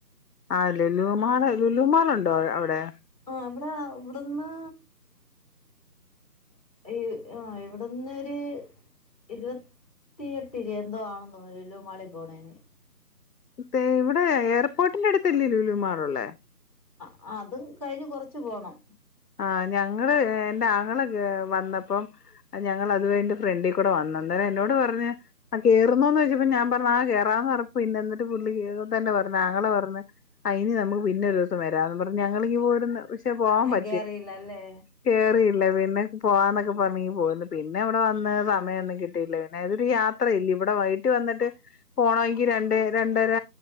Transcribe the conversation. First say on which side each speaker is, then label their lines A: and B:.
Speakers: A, on the left; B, on the left.
A: ആ ആഹ് ലുലുമാള് ലുലുമാളുണ്ടോ അവിടെ?
B: ആ ഇവടെ ഇവ്ട്‌ന്ന് ഇ ആഹ് ഇവിട്ന്നൊര് ഇരുപത്തിയെട്ടില് എന്തോ ആണോ തോന്ന് ലുലു മളി പോണേന്.
A: പേ ഇവിടെ എയർപോർട്ടിന്റെ അട്ത്തല്ലേ ലൂലൂമാളുള്ളേ?
B: ആഹ് അതും കയ്ഞ്ഞ് കൊർച്ച് പോണം.
A: ആഹ് ഞങ്ങള് എന്റെ ആങ്ങള വന്നപ്പം ഞങ്ങള് അത് <unintelligible> ഫ്രണ്ടി കൂടെ വന്നു അന്നെരം എന്നോട് പർഞ് ആഹ് കേറുന്നോന്ന് ചോയ്ച്ചപ്പോ ഞാൻ പർഞ്ഞ് ആ കേറാന്ന് പറഞ്ഞ പിന്നെ എന്നിട്ട് പുള്ളി കേറുപ്പന്നെ പറഞ് ആങ്ങള പർഞ് അയ്ന് ‌നമുക്ക് പിന്നെ ഒരു ദിവസം വരാംന്ന് പർഞ് ഞങ്ങളിങ്ങ് പോര്‌ന്ന് പക്ഷെ പോവാൻ പ
B: കേറിയില്ലല്ലേ
A: കേറീല്ല പിന്നെ പോവാന്നൊക്കെ പർഞ്ഞി പോന്ന് പിന്നെ അവിടെ വന്ന് സമയൊന്നും കിട്ടില്ല പിന്നെ അതൊരു യാ ത്ര ഇല്ല്യ ഇവടെ വൈറ്റ് വന്ന്ട്ട് പോണങ്കി രണ്ട് രണ്ടര